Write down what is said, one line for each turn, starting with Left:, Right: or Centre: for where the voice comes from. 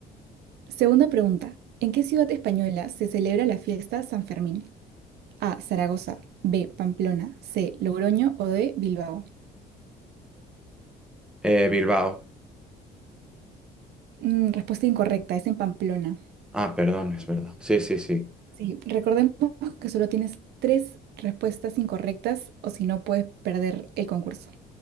Right: Segunda pregunta. ¿En qué ciudad española se celebra la fiesta San Fermín? A. Zaragoza. B. Pamplona. C. Logroño o D. Bilbao.
Centre: Eh, Bilbao.
Right: Mm, respuesta incorrecta. Es en Pamplona.
Centre: Ah, perdón, es verdad. Sí, sí, sí.
Right: Sí, recordemos que solo tienes tres respuestas incorrectas o si no puedes perder el concurso.